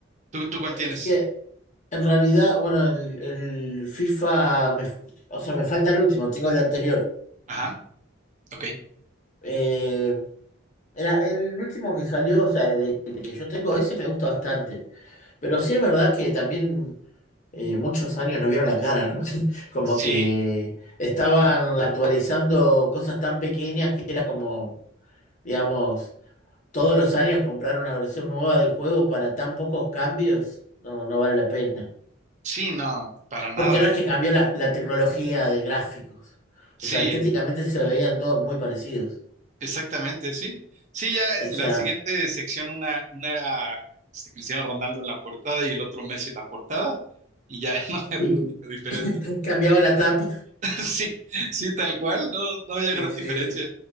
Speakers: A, on the right (about 35°); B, on the left (about 35°).
A: ¿Tú, tú cuál tienes?
B: Es que En realidad, bueno, el, el FIFA, me- o sea, me falta el último, tengo el anterior.
A: Ajá, ok.
B: Eh, era el último que salió, o sea, el de, el que yo tengo, ese me gusta bastante. Pero sí es verdad que también eh, muchos años no vieron la cara, ¿no? <laughs> Como
A: Sí,
B: que estaban actualizando cosas tan pequeñas que era como, digamos, todos los años comprar una versión nueva del juego para tan pocos cambios, no, no vale la pena.
A: sí, no, para nada.
B: Porque no es que cambió la, la tecnología de gráficos.
A: Sí.
B: O sea, estéticamente se veían todos muy parecidos.
A: Exactamente, sí. Sí, ya
B: Esa,
A: eh, la siguiente sección, una, una era este, Cristiano Ronaldo en la portada y el otro Messi en la portada, y ya <laughs> no era
B: Sí.
A: lo único diferente.
B: <laughs> cambiaba la tapa.
A: <laughs> Sí, sí, tal cual, no, no había
B: Sí,
A: gran
B: sí,
A: diferencia.
B: sí,